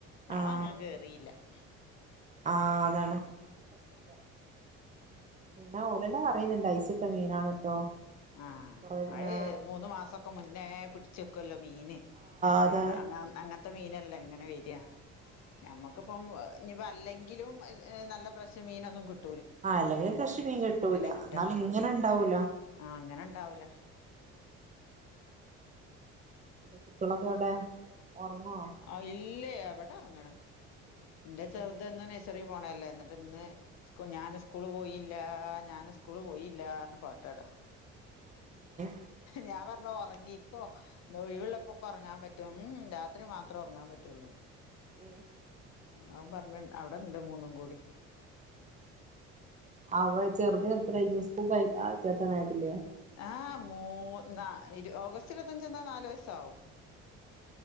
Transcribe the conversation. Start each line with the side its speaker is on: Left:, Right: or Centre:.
Left: ഞാ
Right: ആഹ്
Left: വാങ്ങാൻ കേറീല <inaudible>
Right: ആഹ് അതാണ് രസല്ല. പിന്നെ ഓലന്നെ പറയുന്നുണ്ട് ഐസ് ഇട്ട മീനാണ് ട്ടോ
Left: ആഹ്
Right: കൊറേ
Left: അയ്
Right: ആഹ്
Left: മൂന്ന് മാസം മുന്നേ പിടിച്ച് വെക്കല്ലോ മീന്
Right: അതെ
Left: അത അ അങ്ങൻ ട്ട മീനല്ലേ ഇങ്ങനെ വെരാ ഞമ്മുക്കിപ്പം ഇനി ഇപ്പോ അല്ലെങ്കിലും ഏഹ് ഏഹ് നല്ല ഫ്രഷ് മീനൊന്നും കിട്
Right: ആ അല്ലെങ്കിലും ഫ്രഷ് മീൻ കിട്ടൂല
Left: കിട്ടുക
Right: എന്നാലും ഇങ്ങനെ ഇണ്ടാവൂല.
Left: ആഹ് ഇങ്ങനെ ഇണ്ടാവൂല
Right: കുട്ടികളൊക്കെ എവിടെ ഉറങ്ങുവോ
Left: ആഹ് ഇല്ലേ ഇവടെറങ്ങ്ണ് ന്റെ ചെറുതന്നും
Right: ഏഹ്
Left: നഴ്സറി പോണല്ലേ ന്നിട്ട് ഇന്ന് സ് ക്ക് ഞാന് സ്കൂള് പോയില്ല ഞാന് സ് സ്കൂള് പോയില്ലാർഞ്ഞ് പാട്ടാടാ
Right: ഏ
Left: ഞാൻ പറഞ്ഞ് ഒറങ്ങിക്കോ ഒഴിവെള്ളപ്പൊക്കെ ഒറങ്ങാൻ പറ്റും ഉം രാത്രി മാത്രേ ഒറങ്ങാൻ പറ്റുള്ളൂ
Right: ഏ
Left: അവൻ പറഞ്ഞ അവിടെണ്ട് മൂന്നും കൂടി
Right: അവൻ ചെർതിന് എത്രായിക്ക്ണ് സ്കൂൾക്ക് ചേർത്താനായിട്ടില്ലേ?
Left: ആഹ് മൂ ന്ന ഇരു ഓഗസ്റ്റ് ഇരുപത്തഞ്ച് വന്നാ നാലു വയസാവും